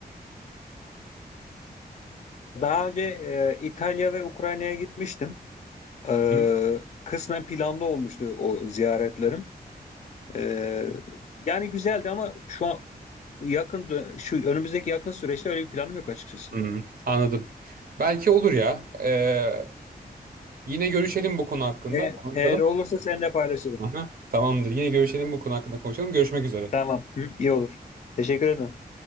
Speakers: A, on the left (about 45°); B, on the right (about 60°).
A: Daha önce e, İtalya ve Ukrayna'ya gitmiştim. E,
B: Hı.
A: kısmen planlı olmuştu o ziyaretlerim. E, yani güzeldi ama şu an yakın dö- şu önümüzdeki yakın süreçte öyle bir planım yok açıkçası.
B: Hmm, anladım. Belki olur ya. E, yine görüşelim bu konu hakkında.
A: E,
B: Konuşalım.
A: eğer olursa seninle paylaşırım.
B: Aha, tamamdır. Yine görüşelim bu konu hakkında konuşalım. Görüşmek üzere.
A: Tamam. Hı, iyi olur. Teşekkür ederim.